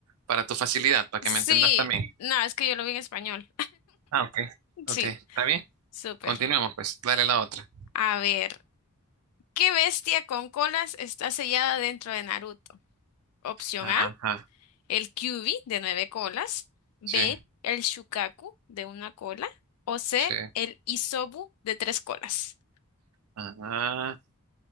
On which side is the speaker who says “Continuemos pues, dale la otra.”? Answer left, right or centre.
Right